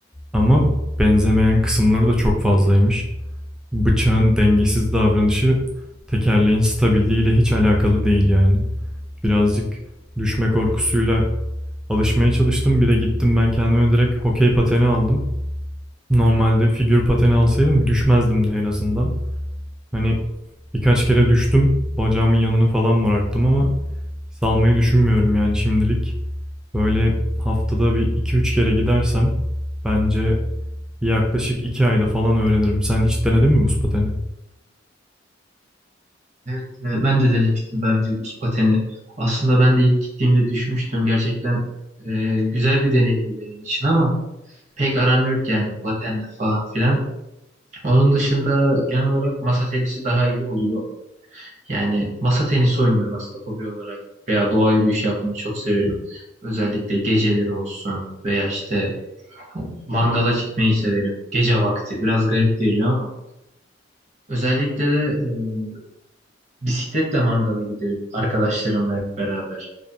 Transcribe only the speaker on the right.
Evet, e, ben de denemiştim daha buz pateni. Aslında ben de ilk gittiğimde düşmüştüm. Gerçekten e, güzel bir deneyimdi benim için ama pek aram yok yani patenle falan filan. Onun dışında genel olarak masa tenisi daha iyi oluyor. Yani masa tenisi oynuyorum aslında hobi olarak veya doğa yürüyüşü yapmayı çok severim. Özellikle geceleri olsun veya işte mangala gitmeyi severim. Gece vakti biraz garip geliyor ama özellikle de e, Bisikletle mangala giderim arkadaşlarımla hep beraber.